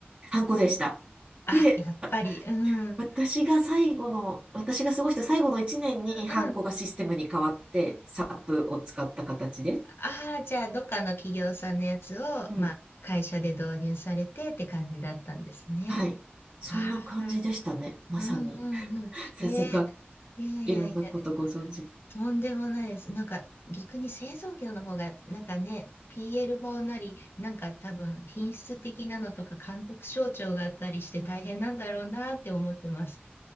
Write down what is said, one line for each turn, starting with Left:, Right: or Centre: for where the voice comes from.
Right: ハンコでした。
Left: あ、
Right: で、
Left: やっぱり、
Right: あ
Left: うん。うん
Right: 私が最後の、私が過ごした最後の1年にハンコがシステムに変わって、
Left: うん。
Right: SAP を使った形で。
Left: ああ、じゃあ、どっかの企業さんのやつを、
Right: うん
Left: まあ、会社で導入されてって感じだったんですね。
Right: はい。そんな感じでしたね。
Left: ああ、
Right: まさに。
Left: うんうんうん。
Right: <laughs> さすが、
Left: えー、いやいやいや、
Right: いろんなことご存知。
Left: とんでもないです。なんか、逆に製造業の方が、なんかね、PL 法なり、なんか多分、品質的なのとか、監督省庁があったりして大変なんだろうなって思ってます。